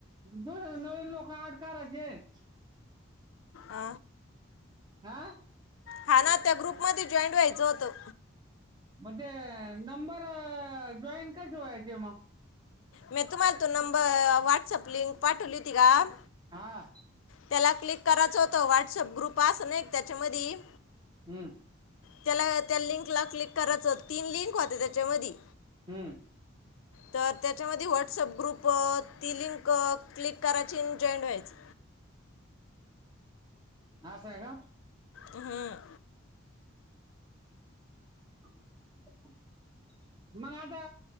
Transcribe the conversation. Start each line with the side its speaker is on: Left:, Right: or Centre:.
Right: जुन नवीन लोक एड करायचेत
Left: अ
Right: आा
Left: हाना त्या ग्रुपमध्ये जॉईंट व्हायचं होतं
Right: मग ते नंबर जॉइन कस व्हायचं मग
Left: मी तुम्हाला तो नंबर वाट्सअप लिंक पाठवली ती का-
Right: हा
Left: त्याला क्लिक करायचं होत व्हॉट्सअप ग्रुप असल् ना त्याच्या मधी-
Right: हम्म,
Left: त्याला त्या लिंक ला क्लिक करायचं तीन लिंक होत्या त्याच्या मधि-
Right: हम्म...
Left: तर त्याच्या मध्ये व्हॉट्सअप ग्रुप ती लिंक- क्लिक करायची आणि जॉईंट व्हायच.
Right: म आस हाय ना-
Left: हम...
Right: <unintelligible> मग आता